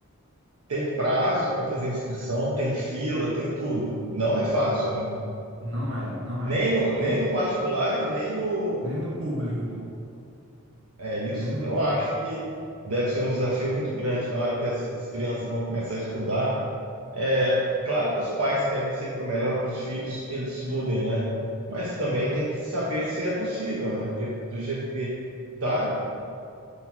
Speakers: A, on the right; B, on the right.
A: tem prazo para fazer inscrição, tem fila, tem tudo. Não é fácil, né?
B: Não é, não
A: Nem
B: é.
A: no, nem
B: E
A: no particular e nem no.
B: nem no público,
A: É isso
B: nem no
A: que eu
B: público.
A: acho que deve ser um desafio muito grande na hora que as, as crianças vão começar a estudar. É, claro que os pais querem sempre o melhor para os filhos que eles estudem,
B: Sim.
A: né? Mas também tem que saber se é possível, né? Porque do jeito que tá,